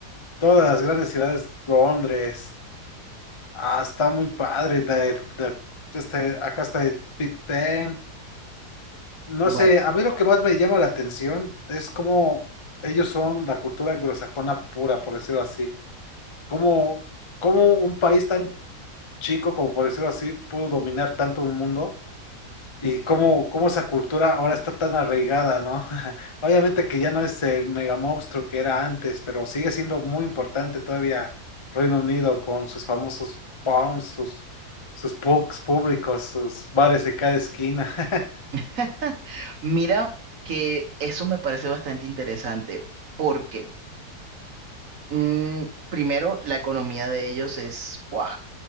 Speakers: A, on the left; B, on the right.
A: todas las grandes ciudades, Londres, ah, está muy padre, de, de- este, acá está el Big Ben, no
B: Bueno,
A: sé, a mí lo que más me llama la atención es cómo ellos son la cultura anglosajona pura, por decirlo así, cómo, cómo un país tan chico, como por decirlo así, pudo dominar tanto un mundo Y cómo, cómo esa cultura ahora está tan arraigada, ¿no? <laughs> Obviamente que ya no es el mega monstruo que era antes, pero sigue siendo muy importante todavía Reino Unido con sus famosos pubs, sus, sus pubs públicos, sus bares de cada esquina. <laughs>
B: <laughs> mira que eso me parece bastante interesante porque mm, primero la economía de ellos es, wow,